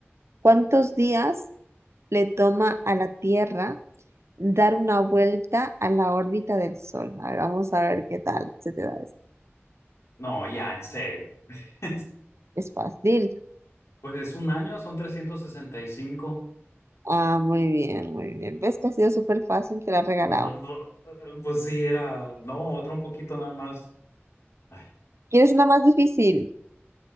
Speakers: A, on the right; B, on the left.
A: ¿Cuántos días le toma a la Tierra dar una vuelta a la órbita del Sol. A ver, vamos a ver qué tal se te da. esto.
B: No, ya, en serio. <laughs>
A: Es fácil.
B: Pues es un año, son 365.
A: Ah, muy bien, muy bien. ¿Ves que ha sido súper fácil? Te la he regalado.
B: No, no, eh, pues sí, era. No, otro un poquito nada más. Ay,
A: ¿Quieres una más difícil?